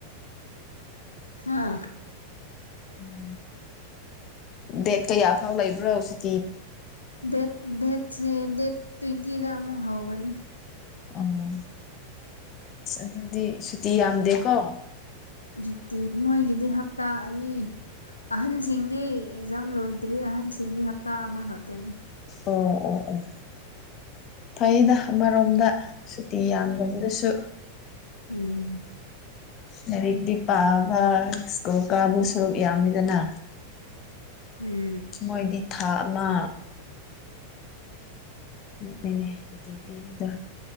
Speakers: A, on the left; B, on the left.
A: ꯑꯥ
B: ꯎꯝ ꯗꯦꯠ ꯀꯌꯥ ꯐꯥꯎ ꯂꯩꯕ꯭ꯔꯣ ꯍꯧꯖꯤ
A: ꯗꯦꯠ ꯗꯦꯠꯁꯦ ꯗꯦꯠ ꯇ꯭ꯋꯦꯟꯇꯤꯗ ꯑꯃꯨꯛ ꯍꯒꯅꯤ
B: ꯑꯣ ꯑꯗꯨꯗꯤ ꯁꯨꯇꯤ ꯌꯥꯝꯗꯦꯀꯣ
A: ꯍꯧꯨꯠꯇꯤ ꯃꯣꯏꯒꯤꯗꯤ ꯍꯞꯇꯥ ꯑꯅꯤ ꯑꯍꯟꯁꯤꯡꯗꯤ ꯑꯦꯛꯖꯥꯝ ꯂꯣꯏꯗ꯭ꯔꯤ ꯑꯍꯟꯁꯤꯡꯒꯤ ꯍꯞꯇꯥ ꯑꯃ ꯈꯛꯇꯅꯦ
B: ꯑꯣ ꯑꯣ ꯑꯣ ꯐꯩꯗ ꯑꯃꯔꯣꯝꯗ ꯁꯨꯇꯤ ꯌꯥꯝꯗꯕꯗꯨꯁꯨ
A: ꯎꯝ
B: ꯂꯥꯏꯔꯤꯛꯇꯤ ꯄꯥꯕ ꯁ꯭ꯀꯨꯜ ꯀꯥꯕꯨ ꯁꯔꯨꯛ ꯌꯥꯝꯃꯤꯗꯅ
A: ꯎꯝ
B: ꯃꯣꯏꯗꯤ ꯊꯥ ꯃꯥ ꯃꯅꯦ ꯁꯨꯇꯤ ꯄꯤꯕꯗ